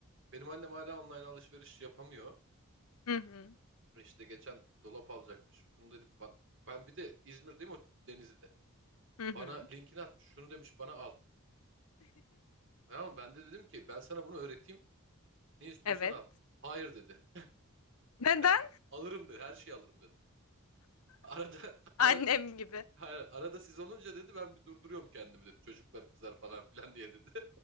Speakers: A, on the right; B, on the left.
A: Benim annem hala online alışveriş yapamıyor.
B: <laughs> Hı hı,
A: İşte geçen dolap alacakmış. Bunu dedi ba- ben bir de İzmir'deyim o Denizli'de.
B: hı hı.
A: Bana linkini atmış. Şunu demiş bana al. Tamam mı? Ben de dedim ki ben sana bunu öğreteyim. Ne istiyorsan
B: Evet.
A: al. Hayır dedi.
B: Neden?
A: <laughs> Alırım dedi. Her şeyi alırım dedi. Arada <laughs> ara,
B: Annem gibi.
A: hayır, arada siz olunca dedi ben bir durduruyorum kendimi dedi. Çocuklar kızar falan filan diye dedi. <laughs>